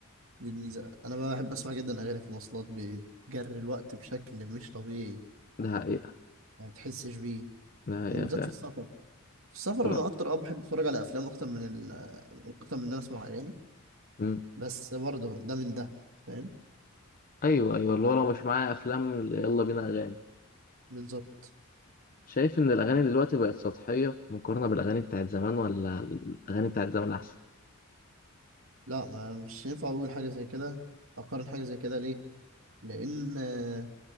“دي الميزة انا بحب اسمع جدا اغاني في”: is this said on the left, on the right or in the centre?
Right